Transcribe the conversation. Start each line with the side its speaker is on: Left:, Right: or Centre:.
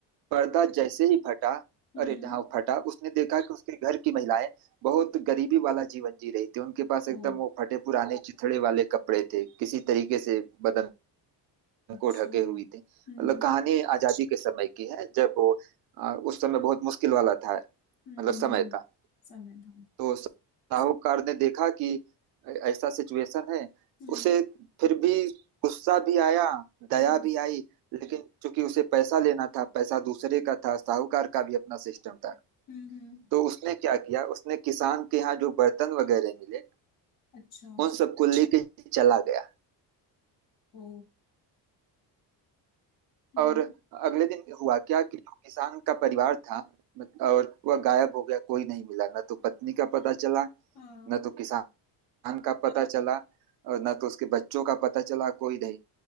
Right: पर्दा जैसे ही फटा
Left: हम्म
Right: अरे
Left: हम्म,
Right: जहाँ फटा उसने देखा कि उसके घर की महिलाएं बहुत गरीबी वाला जीवन जी रही थी उनके पास
Left: ओ
Right: एकदम वो फटे पुराने चिथड़े वाले कपड़े थे किसी तरीके से बदन
Left: अच्छा
Right: को ढके
Left: हम्म
Right: हुई थी मतलब
Left: हम्म
Right: कहानी आजादी के समय की है जब वो आ, उस समय बहुत मुश्किल वाला था मतलब
Left: हम्म हम्म,
Right: समय था
Left: समय था
Right: तो साहूकार ने देखा कि ऐसा सिचुएशन है
Left: हम्म
Right: उसे फिर भी गुस्सा भी आया दया
Left: हम्म
Right: भी आई लेकिन चूंकि उसे पैसा लेना था पैसा दूसरे का था साहूकार का भी अपना सिस्टम था
Left: हम्म हम्म,
Right: तो उसने क्या किया उसने किसान के यहाँ जो बर्तन वगैरह मिले
Left: अच्छा
Right: उन सबको जी लेके चला गया
Left: ओ हम्म
Right: और अगले दिन हुआ क्या कि जो किसान का परिवार था मत- और वह गायब हो गया कोई नहीं मिला न तो पत्नी का पता चला
Left: हाँ
Right: न तो किसान खान का पता चला और न तो उसके बच्चों का पता चला कोई नहीं